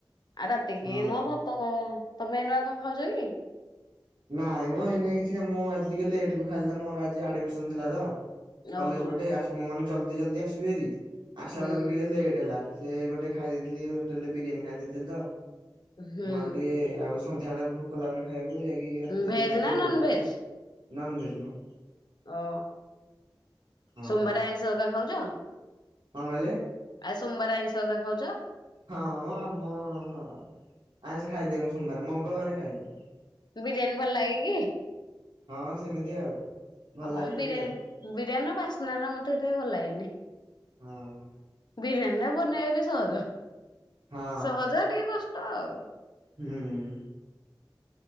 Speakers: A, on the left (about 60°); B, on the right (about 70°).
A: ଆଉ ରାତିକି
B: ହଁ
A: ନ ଭା ତମେ ତମେ ଏ ନୁଆ କଣ ଖାଉଛ କି?
B: ନାଇଁ ମ ଏଇନା କିଛି ମୁଁ ଆଜି ଟିକେ ଲେଟ କୁ ଖାଲି ତ ମୋର ଆଜି ଆଡମିସନ ଥିଲା ତ କଲେଜ
A: ଓହୋ
B: ପଟେ ଆସମ ମାନେ ଜଲ୍ଦି ଜଲ୍ଦି ଆସିବି ହେରି ଆସିଲା
A: ହୁଁ
B: ବେଳକୁ ଟିକେ ଲେଟ୍ ହେଲା। ସେ ଗୋଟେ ଖାଇ ଦେଇଥିଲି ହୋଟେଲରେ ବିରିୟାନୀ ଖାଇ ଦେଇଥିଲି ତ
A: ହୁଁ
B: ମୁଁ ଆବେ ଟିକେ ଆଉ ସ ସନ୍ଧ୍ୟାବେଳେ ଭୋକ ଲାଗୁନି ଖାଇବାକୁ ଯାଇକି ରାତିରେ
A: ଭେଜ
B: ଖାଇବି
A: ନା
B: ଆଉ।
A: Non veg?
B: ନନ୍ ଭେଜ ମ।
A: ଓ
B: ହଁ
A: ସୋମବାରେ ଆଇଁଷ ଅକା ଖାଉଛ?
B: କଣ କହିଲେ?
A: ଆଜି ସୋମବାର ଆଇଁଷ ହେରିକା ଖାଉଛ।
B: ହଁ ମୁଁ ଆମ ହଁ, ଆଇଁଷ ଖାଇଦିଏ ମୁଁ ସୋମବାର ମଙ୍ଗଳବାର ଖାଇନି।
A: ବିରିୟାନୀ ଭଲ ଲାଗେ କି
B: ହଁ ସେମିତି ଆଉ। ଭଲ
A: ହଁ
B: ଲାଗେ
A: ବିରିୟ
B: ଟିକେ ଆଉ
A: ବିରିୟାନୀର ବାସ୍ନା ରା ମତେ ଏଥି ଭଲ ଲାଗେନି।
B: ହଁ ହଁ।
A: ବିରିୟାନୀ ଟା ବନେଇ ବା ସହଜ
B: ହଁ
A: ସହଜ ଟିକେ କଷ୍ଟ ଆଉ।
B: ହଁ ହୁଁ